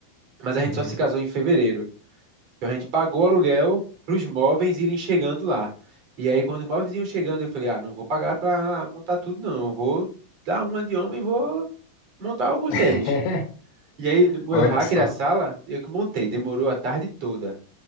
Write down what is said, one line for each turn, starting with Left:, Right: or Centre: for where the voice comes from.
Right: Mas a
Left: Uhum.
Right: gente só se casou em fevereiro. Então a gente pagou o aluguel para os móveis irem chegando lá. E aí, quando os móveis iam chegando, eu falei: ah, não vou pagar para montar tudo, não. Eu Vou dar uma de homem e vou montar alguns
Left: <laughs>
Right: deles. E aí, no meu
Left: Olha
Right: hacker,
Left: só.
Right: a sala, eu que montei, demorou a tarde toda.